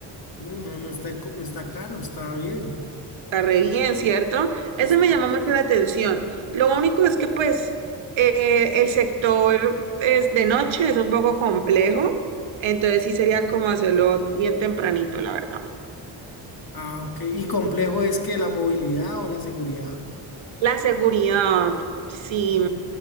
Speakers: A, on the left; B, on the right.
A: Uh, no, no está, co- no está caro, está bien.
B: Está re bien, ¿cierto?
A: Pues,
B: Eso me llama mucho la atención. Lo único es que pues eh, el sector es de noche, es un poco complejo, entonces sí sería como hacerlo bien tempranito, la verdad.
A: Ah, ok. ¿Y complejo es que la movilidad o la seguridad?
B: La seguridad, sí,